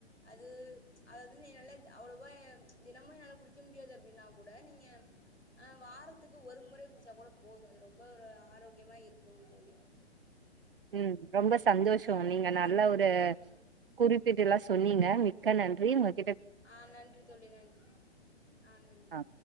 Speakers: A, on the left (about 85°); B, on the right (about 55°).
A: அது அதாவது நீங்க நல்லா எக் அவ்வளோவா தினமு என்னால குடிக்க முடியாது அப்படின்னா கூட நீங்க ஆஹ் வாரத்துக்கு ஒரு முறை குடிச்சா கூட போது அது ரொம்ப ஒரு ஆரோக்கியமா இருக்கு தோழி
B: உம் ரொம்ப சந்தோஷோ
A: ஆ
B: நீங்க
A: ரொம்ப
B: நல்ல ஒரு
A: ம்
B: குறிப்பீடு எல்லா சொன்னீங்க மிக்க நன்றி உங்க
A: ஆஹ் நன்றி தோழி நன்றி ஆஹ் நன்றி
B: ஆ